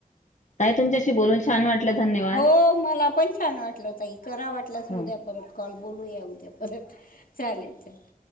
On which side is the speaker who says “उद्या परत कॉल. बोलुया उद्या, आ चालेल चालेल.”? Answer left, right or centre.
Left